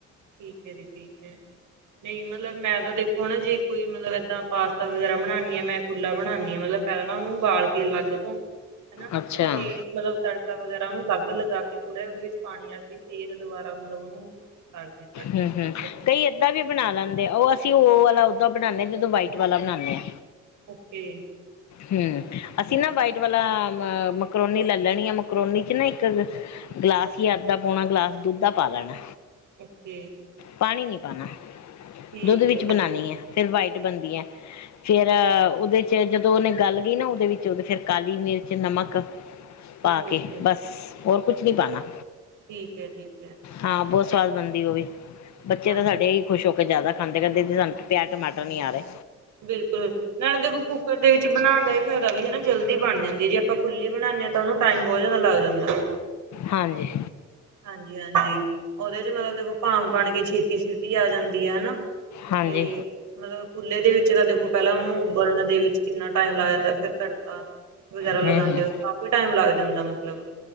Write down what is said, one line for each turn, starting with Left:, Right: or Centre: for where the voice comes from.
Right: ਠੀਕ ਐ ਜੀ ਠੀਕ ਐ। ਨਹੀਂ ਮਤਲਬ ਮੈਂ ਤਾਂ ਦੇਖੋ ਨਾ ਜੀ ਕੋਈ ਮਤਲਬ ਏਦਾਂ ਪਾਸਤਾ ਵਗੈਰਾ ਬਣਾਨੀ ਆ ਮੈਂ ਖੁੱਲ੍ਹਾ ਬਣਾਨੀ ਆ ਮਤਲਬ ਪਹਿਲਾ ਨਾ ਉਹਨੂੰ ਉਬਾਲ ਕੇ ਅਲੱਗ ਤੋਂ ਹਨਾ
Left: ਅੱਛਾ
Right: ਤੇ ਮਤਲਬ ਤੜਕੇ ਤਾਂ ਵਗੈਰਾ ਉਹਨੂੰ ਅਲੱਗ ਲਗਾ ਕੇ ਥੋੜਾ ਉਹਦੇ ਵਿੱਚ ਪਾਣੀ ਰੱਖ ਕੇ ਫੇਰ ਦੁਬਾਰਾ ਮਤਲਬ ਉਹਨੂੰ ਕਰਦੇ ਆ ਤੜਕੇ
Left: ਹੂੰ,
Right: ਦੇ
Left: ਹੂੰ
Right: ਵਿੱਚ
Left: ਕਈ ਏਦਾਂ ਵੀ ਬਣਾ ਲੈਂਦੇ ਅ ਉਹ ਅਸੀਂ ਉਹ ਲੱਗ ਦਾ <unintelligible> ਬਣਾਨੇ ਆ ਜਦੋਂ ਵਾਈਟ ਵਾਲਾ ਬਣਾਨੇ ਆ
Right: ਓਕੇ
Left: ਹੂੰ
Right: ਠੀਕ
Left: ਅਸੀਂ
Right: ਹੈ
Left: ਨਾ
Right: ਠੀਕ
Left: ਵਾਈਟ ਵਾਲਾ ਅ ਮਕਰੋਨੀ ਲੈ ਲੈਣੀ ਆ ਮਕਰੋਨੀ ਚ ਨਾ ਇੱਕ ਗਲਾਸ ਈ ਆ ਅੱਧਾ ਪੌਣਾ ਗਿਲਾਸ ਦੁੱਧ ਦਾ ਪਾ ਲੈਣਾ।
Right: ਓਕੇ,
Left: ਪਾਣੀ ਨੀ ਪਾਣਾ
Right: ਠੀਕ
Left: ਦੁੱਧ ਵਿੱਚ
Right: ਹੈ
Left: ਬਣਾਨੀ
Right: ਠੀਕ
Left: ਐ, ਫਿਰ ਵਾਈਟ ਬਣਦੀ ਐ। ਫੇਰ ਉਹਦੇ ਚ ਜਦੋਂ ਉਹਨੇ ਗੱਲ ਗਈ ਨਾ ਉਹਦੇ ਵਿੱਚ ਉਹ ਫੇਰ ਕਾਲੀ ਮਿਰਚ ਨਮਕ ਪਾ
Right: ਓਕੇ
Left: ਕੇ
Right: ਓਕੇ
Left: ਬਸ ਹੋਰ ਕੁਛ ਨੀ ਪਾਣਾ,
Right: ਠੀਕ ਹੈ ਠੀਕ ਹੈ
Left: ਹਾਂ ਬਸ ਸਵਾਦ ਬਣਦੀ ਔਵੇ ਬੱਚੇ
Right: ਹਾਂਜੀ
Left: ਤਾਂ ਸਾਡੇ ਈ ਖੁਸ਼ ਹੋ ਕੇ ਜ਼ਿਆਦਾ ਖਾਂਦੇ ਕਰਦੇ ਸਾਨੂੰ ਪਿਆਜ਼, ਟਮਾਟਰ ਨੀ ਆ ਰੇ।
Right: ਬਿਲਕੁਲ ਨਾਲੇ ਦੇਖੋ ਕੁ ਕੁੱਕਰ ਦੇ ਵਿੱਚ ਬਣਾਣ ਦਾ ਇਹ ਫਾਇਦਾ ਵੀ ਹਨਾ ਜਲਦੀ ਬਣ ਜਾਂਦੀ ਏ ਜੇ ਆਪਾਂ ਖੁੱਲੀ ਬਣਾਣੇ ਆ ਪਰ ਉਹਨੂੰ ਟਾਈਮ ਬਹੁ ਜਿਆਦਾ ਲੱਗ ਜਾਂਦਾ।
Left: ਹਾਂਜੀ
Right: ਹਾਂਜੀ- ਹਾਂਜੀ ਉਹਦੇ ਚ ਮਤਲਬ ਦੇਖੋ ਭਾਫ ਬਣ ਕੇ ਛੇਤੀ ਸੀਟੀ ਆ ਜਾਂਦੀ ਆ ਹਨਾ।
Left: ਹਾਂਜੀ
Right: ਤੇ ਮਤਲਬ ਖੁੱਲੇ ਦੇ ਵਿੱਚ ਤਾਂ ਦੇਖੋ ਪਹਿਲਾਂ ਉਹਨੂੰ ਉਬਲਣ ਦੇ ਵਿੱਚ ਕਿੰਨਾ ਟਾਈਮ ਲੱਗ ਜਾਂਦਾ, ਫਿਰ ਤੜਕਾ ਵਗੈਰਾ ਲਗਾਂਦੇ
Left: ਹੂੰ ਹੂੰ
Right: ਓ ਕਾਫੀ ਟਾਈਮ ਲੱਗ ਜਾਂਦਾ ਮਤਲਬ।